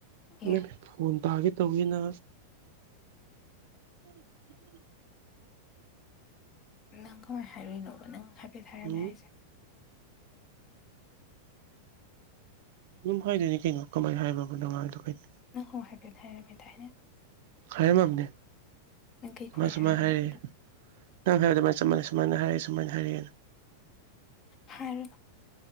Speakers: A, on the left; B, on the right.
A: ꯑꯦ
B: ꯃꯅꯦ ꯐꯣꯟ ꯇꯥꯒꯦ ꯇꯧꯋꯅ <unintelligible>
A: ꯅꯪ ꯀꯃꯥꯏꯅ ꯍꯥꯏꯔꯨꯏꯅꯣꯕ ꯅꯪ ꯍꯥꯏꯐꯦꯠ ꯍꯥꯏꯔꯝꯃꯦ
B: ꯎꯝ
A: ꯍꯥꯏꯁꯦ
B: ꯑꯗꯨꯝ ꯍꯥꯏꯗꯣꯏꯅꯤ ꯀꯩꯅꯣ ꯀꯃꯥꯏꯅ ꯍꯥꯏꯕꯕ ꯣꯅꯨꯡꯉꯥꯏꯗꯣꯣ
A: ꯅꯪꯉꯣ ꯍꯥꯏꯐ ꯍꯥꯏꯔꯝꯃꯦꯗꯥꯥꯏꯅ
B: ꯍꯥꯏꯔꯝꯃꯕꯅꯦ
A: ꯅꯪ ꯀꯩ
B: ꯁꯨꯃꯥꯏ
A: ꯈ꯭ꯋꯥꯏ
B: ꯁꯨꯃꯥꯏꯅ
A: ꯍꯥꯏꯔꯝꯃꯤꯅꯣꯕꯗꯣ
B: ꯍꯥꯏꯔꯛꯑꯦ ꯍ ꯐꯔ ꯑꯗꯨꯃꯅ ꯆꯞ ꯃꯅꯤ ꯁꯨꯃꯥꯏꯅ ꯍꯥꯏꯛꯦ ꯁꯨꯃꯥꯏ ꯍꯥꯏꯔꯛꯦꯅ
A: ꯐꯔ